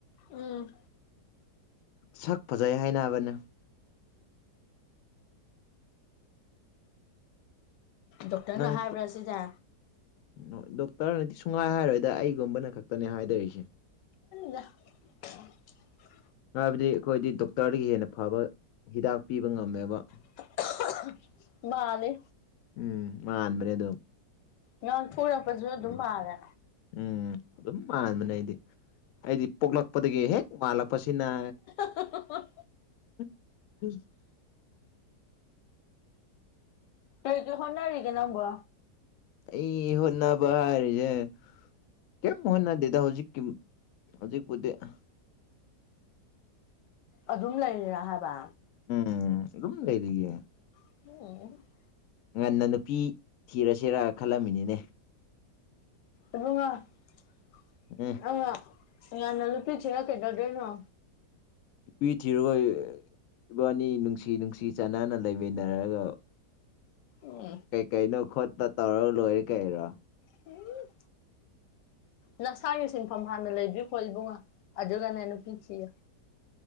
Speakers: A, on the left (about 80°); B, on the left (about 70°).
A: ꯎꯝ
B: ꯁꯛ ꯐꯖꯩ ꯍꯥꯏꯅꯕꯅꯦ
A: ꯗꯣꯛꯇꯔꯅ
B: ꯅꯪ
A: ꯍꯥꯏꯕ꯭ꯔꯥ ꯁꯤꯖꯦ
B: <unintelligible> ꯗꯣꯛꯇꯔꯅꯗꯤ ꯁꯨꯡꯉꯥꯏ ꯍꯥꯏꯔꯣꯏꯗ ꯑꯩꯒꯨꯝꯕꯅ ꯈꯛꯇꯅꯦ ꯍꯥꯏꯗꯣꯔꯤꯁꯦ
A: <unintelligible>
B: ꯍꯥꯏꯕꯗꯤ ꯑꯩꯈꯣꯏꯗꯤ ꯗꯣꯛꯇꯔꯗꯒꯤ ꯍꯦꯟꯅ ꯐꯕ ꯍꯤꯗꯥꯛ ꯄꯤꯕ ꯉꯝꯃꯦꯕ
A: <unintelligible> ꯃꯥꯜꯂꯦ
B: ꯎꯝ ꯃꯥꯟꯕꯅꯦ ꯑꯗꯨꯝ
A: ꯉꯥꯡ ꯊꯣꯔꯛꯄꯁꯨ ꯑꯗꯨꯝ ꯃꯥꯜꯂꯦ
B: ꯎꯝ ꯑꯗꯨꯝ ꯃꯥꯟꯕꯅꯦ ꯑꯩꯗꯤ ꯑꯩꯗꯤ ꯄꯣꯛꯂꯛꯄꯗꯒꯤ ꯍꯦꯛ ꯃꯥꯜꯂꯛꯄꯁꯤꯅ
A: <unintelligible>
B: <unintelligible>
A: ꯀꯩ ꯀꯩ ꯍꯣꯠꯅꯔꯤꯒꯦ ꯅꯪꯕꯣ
B: ꯑꯩ ꯍꯣꯠꯅꯕ ꯍꯥꯏꯔꯤꯖꯦ ꯀꯦꯝ ꯍꯣꯠꯅꯗꯦꯗ ꯍꯧꯖꯤꯛꯀꯤ ꯍꯧꯖꯤꯛꯄꯨꯗꯤ ꯑꯥꯍ
A: ꯑꯗꯨꯝ ꯂꯩꯔꯤꯔ ꯍꯥꯏꯕ
B: ꯎꯝ ꯑꯗꯨꯝ ꯂꯩꯔꯤꯌꯦ
A: <unintelligible>
B: ꯉꯟꯅ ꯅꯨꯄꯤ ꯊꯤꯔꯁꯤꯔ ꯈꯜꯂꯝꯃꯤꯅꯤꯅꯦ
A: ꯏꯕꯨꯡꯉꯣ <unintelligible>
B: ꯑꯦ
A: ꯉꯟꯅ ꯅꯨꯄꯤ ꯊꯤꯔ ꯀꯩꯗꯧꯗꯣꯏꯅꯣ
B: ꯅꯨꯄꯤ ꯊꯤꯔꯔꯣꯏ ꯏꯕꯥꯅꯤ ꯅꯨꯡꯁꯤ ꯅꯨꯡꯁꯤ ꯆꯥꯟꯅꯅ ꯂꯩꯃꯤꯟꯅꯔꯒ
A: ꯎꯝ
B: ꯀꯩꯀꯩꯅꯣ ꯈꯣꯠꯄ ꯇꯧꯔ ꯂꯣꯏꯔꯦ ꯀꯩꯔꯣ
A: ꯍꯨꯝ ꯅꯁꯥꯒꯤ ꯁꯤꯟꯐꯝ ꯍꯥꯟꯅ ꯂꯩꯕꯤꯈ꯭ꯔꯣ ꯏꯕꯨꯡꯉꯣ ꯑꯗꯨꯒꯅꯦ ꯅꯨꯄꯤ ꯊꯤꯌꯣ